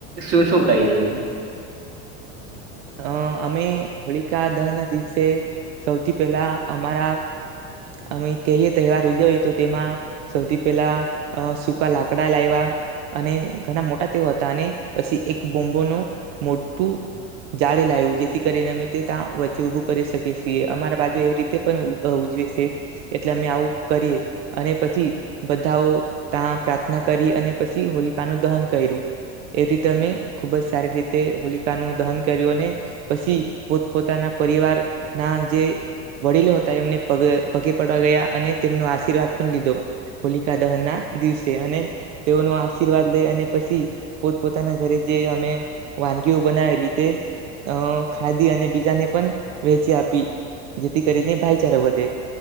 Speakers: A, on the right; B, on the right.
A: શું શું કરી રહ્યું?
B: અ અમે હોળિકા દહન ના દિવસે સૌથી પહેલા અમારા અમે કહીએ તહેવાર ઉજવીએ તો તેમાં સૌથી પહેલા સૂકા લાકડા લાઇવા અને ઘણા મોટા તેઓ હતા અને પછી એક બોમ્બોનું મોટું <unintelligible> જેથી કરીને અમે ત્યાં વચ્ચે ઊભું કરી શકીએ છીએ અમારા બાજુ એવી રીતે પણ ઉજવે છે એટલે અમે આવું કરીએ અને પછી બધાઓ ત્યા પ્રાર્થના કરી અને પછી હોલિકાનુ દહન કર્યું એવી રીતે અમે ખુબ જ સારી રીતે હોલિકાનુ દહન કર્યો અને પછી પોત પોતાના પરિવાર ના જે વડીલો હતા એમને પગે પડવા ગયા અને તેમનો આશીર્વાદ પણ લીધો હોલિકા દહન ના દિવસે અને તેઓનો આશીર્વાદ લઈ અને પછી પોત પોોતાના ઘરે જે અમે વાનગીઓ બનાવી દીધે <unintelligible> ખાધી અને બીજાને પણ વેચી આપી જેથી કરીને ભાઈચારો વધે